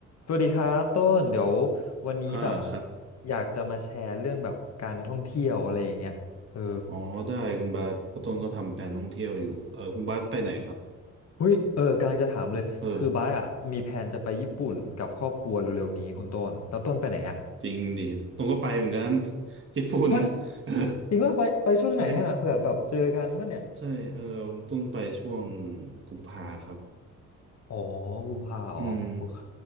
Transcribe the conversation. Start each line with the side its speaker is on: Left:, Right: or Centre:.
Left: สวัสดีครับต้นเดี๋ยววันนี้แบบ
Right: ห้าครับ
Left: อยากจะมาแชร์เรื่องแบบการท่องเที่ยวอะไรอย่างเงี้ยเออ
Right: อ๋อได้คุณบาสเพราะต้นก็ทำแผนท่องเที่ยวอยู่เออคุณบาสไปไหนครับ
Left: เฮ้ยเออกำลังจะถามเลยคือบ้าสอะมีแผนจะไปญี่ปุ่นกับครอบครัวเร็วๆนี้คุณต้นแล้วต้นไปไหนอะ
Right: เออจริงดิต้นก็ไปเหมือนกัน <laughs> ญี่ปุ่น
Left: ฮะ
Right: <laughs> เออ
Left: จริงว่าไปไปช่วงไหนอะเผื่อแบบเจอกันป่ะเนี่ย
Right: ใช่ใช่เออต้นไปช่วงกุมภาครับ
Left: อ๋อกุมภาอ๋อโอเค
Right: อืม